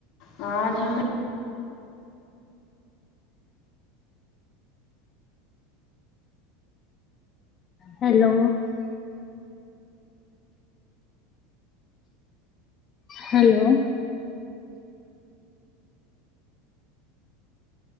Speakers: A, on the left; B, on the left.
A: એ આજ હમે
B: <inaudible> હેલો હેલો